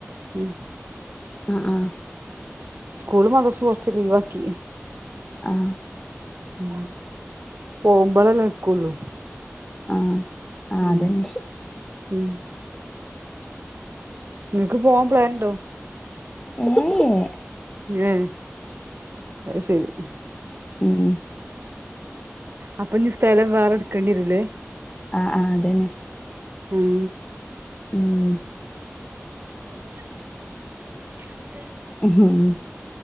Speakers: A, on the right (about 50°); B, on the left (about 25°).
A: ഉം
B: ആഹ ആഹ
A: സ്കൂള് മദ്രസ കുറച്ച് ലീവാ ആക്കി.
B: ആഹ്
A: ഉ പോമ്പോളെല്ല നിക്കുള്ളൂ.
B: ആഹ ആ അതന്നെ
A: ഉം ഉം നിങ്ങക്ക് പോവാൻ പ്ലൻ ഉണ്ടോ?
B: ഏ ഏ
A: ഏ അത് ശരി.
B: ഉം
A: അപ്പൊ ഇനി സ്ഥലം വേറെ എടുക്കേണ്ടിരൂല്ലേ?
B: ആ ആ് അതന്നെ.
A: ഉം
B: ഉം
A: <unintelligible>
B: ഉം